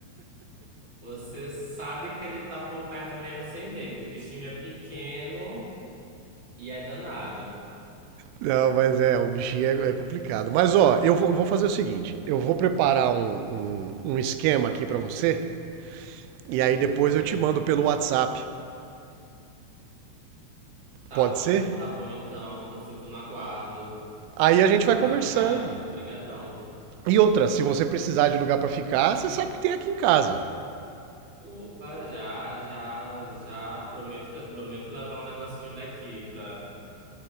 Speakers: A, on the right (about 35°); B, on the right (about 90°).
A: Você sabe que ele tá por perto mesmo sem ver, que o bichinho é pequeno e é danado.
B: Não, mas é, o bichinho é, é complicado. Mas ó, eu vou, vou fazer o seguinte: eu vou preparar um, um, um esquema aqui pra você, e aí depois
A: Uhum.
B: eu te mando pelo WhatsApp.
A: Tá
B: Pode
A: bom,
B: ser?
A: tá bom então. Eu fico no aguardo.
B: Aí a
A: Fico
B: gente vai
A: no aguardo.
B: conversando.
A: Cara, brigadão.
B: E outra, se você precisar de lugar pra ficar, você sabe que tem aqui em casa.
A: Opa, já, já, já prometo, que- prometo levar um negocinho daqui pra,